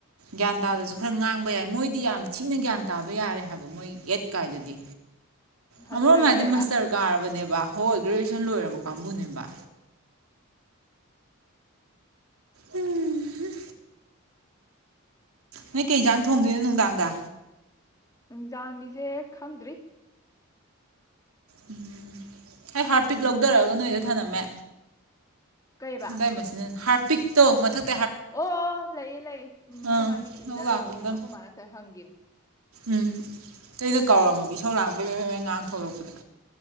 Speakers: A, on the right; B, on the left.
A: ꯒ꯭ꯌꯥꯟ ꯇꯥꯗꯔꯁꯨ ꯈꯔ ꯉꯥꯡꯕ ꯌꯥꯏ ꯃꯣꯏꯗꯤ ꯌꯥꯝ ꯊꯤꯅ ꯒ꯭ꯌꯥꯟ ꯇꯥꯕ ꯌꯥꯔꯦ ꯍꯥꯏꯕ ꯃꯣꯏ ꯑꯦꯠ ꯀꯥꯏꯗꯨꯗꯤ
B: ꯍꯅꯨꯔꯕꯅꯦꯕ
A: ꯑꯃꯔꯣꯝ ꯍꯥꯏꯗꯤ ꯃꯁꯇꯔ ꯀꯥꯔꯕꯅꯦꯕ ꯍꯣꯏ ꯒ꯭ꯔꯦꯖꯨꯌꯦꯁꯟ
B: ꯎꯝ
A: ꯂꯣꯏꯔꯕ ꯀꯥꯡꯕꯨꯅꯦꯕ ꯎꯝ ꯍꯝ ꯅꯣꯏ ꯀꯩ ꯏꯟꯖꯥꯡ ꯊꯣꯡꯗꯣꯏꯅꯣ ꯅꯨꯡꯗꯥꯡꯗ
B: ꯅꯨꯡꯗꯥꯡꯒꯤꯖꯦ ꯈꯪꯗ꯭ꯔꯤ
A: ꯎꯝ ꯑꯩ ꯍꯥꯔꯠ ꯄꯤꯛ ꯂꯧꯗꯔꯒ ꯅꯣꯏꯗ ꯊꯥꯅꯝꯃꯦ
B: ꯀꯩꯕ
A: ꯗꯥꯏꯃꯁꯤꯅ ꯍꯥꯠ ꯄꯤꯛꯇꯣ ꯃꯊꯛ
B: ꯑꯣ ꯑꯣ ꯂꯩꯌꯦ ꯂꯩꯌꯦ ꯎꯝ ꯑꯩꯈꯣꯏ
A: ꯑꯥ
B: ꯃꯥꯏ ꯃꯦꯆꯤꯟꯗ
A: ꯂꯧ ꯂꯥꯛꯀꯗꯝ
B: ꯂꯩꯍꯧꯔꯝꯅꯣ ꯑꯩꯈꯣꯏ ꯃꯥꯅ ꯉꯁꯥꯏ ꯍꯪꯒꯤꯝꯅꯤ
A: ꯎꯝ ꯑꯩꯅ ꯀꯥꯎꯔꯝꯃꯕ ꯏꯁꯧ ꯂꯥꯡꯕꯩ ꯕꯦ ꯕꯦꯡ ꯉꯥꯡꯉꯥ ꯊꯣꯛꯂꯛꯄꯗ